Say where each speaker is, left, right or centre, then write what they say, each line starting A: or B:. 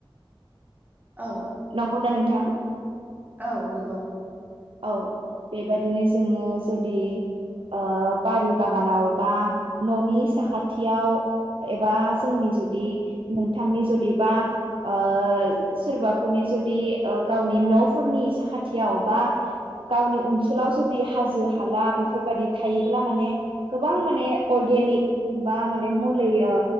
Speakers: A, on the right (about 20°); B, on the right (about 75°).
A: औ।
B: नंगौना नोंथां।
A: औ नंगौ।
B: औ बेबायदिनो जोङो जुदि ओ बारि बागानाव बा न'नि साखाथियाव एबा जोंनि जुदि नोंथांनि जुदि बा ओ सोरबाफोरनि जुदि ओ गावनि न'फोरनि साखाथियाव बा गावनि ओनसोलाव जुदि हाजो हाला बेफोरबादि थायोब्ला माने गोबां माने अर्गेनिक बा माने मुलै ओ